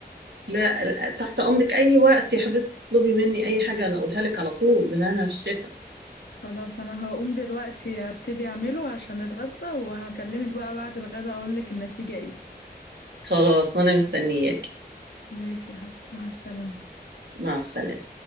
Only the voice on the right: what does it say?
لا لا، تحت امرك اي وقت يا حبيبتي اطلبي مني اي حاجه انا اقولها لك على طول بالهنا والشفا
خلاص وانا مستنياك
مع السلامه